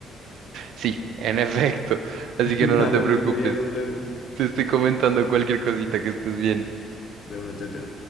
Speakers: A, on the right; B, on the left.
A: Sí, en efecto.
B: <laughs>
A: Así que no, no
B: Dale,
A: te preocupes.
B: digo, ya nos vemos.
A: Te estoy comentando cualquier cosita que estés bien.
B: De una chacha.